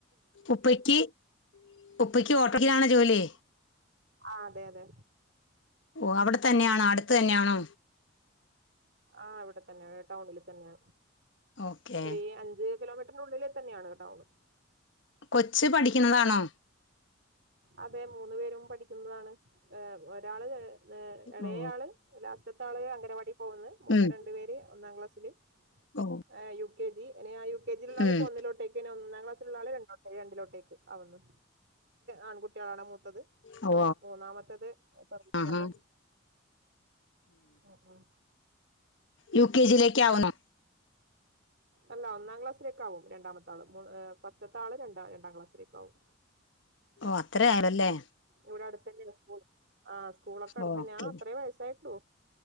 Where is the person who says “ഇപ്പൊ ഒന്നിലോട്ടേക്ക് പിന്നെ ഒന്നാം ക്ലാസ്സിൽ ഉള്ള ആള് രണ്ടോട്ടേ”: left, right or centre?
Right